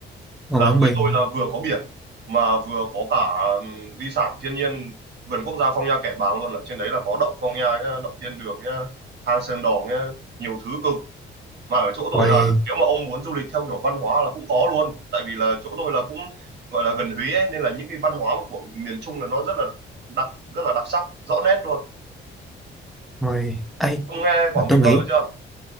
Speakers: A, in the centre; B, on the right.
A: ngoài
B: là
A: Quảng
B: quê
A: Bình
B: tôi là vừa có biển mà vừa có cả ừm, di sản thiên nhiên vườn quốc gia Phong Nha Kẻ Bàng luôn là trên đấy là có động Phong Nha nhá động Thiên Đường nhá hang Sơn đòn nhá nhiều thứ cực mà ở chỗ tôi
A: Ôi,
B: là nếu mà ông muốn du lịch theo kiểu văn hóa là cũng có luôn tại vì là chỗ tôi là cũng gọi là gần Huế ấy, nên là những cái văn hóa của miền Trung là nó rất là đặc rất là đặc sắc rõ nét luôn
A: ôi, ấy
B: ông nghe Quảng
A: mà tôi
B: Bình
A: nghĩ
B: bao giờ chưa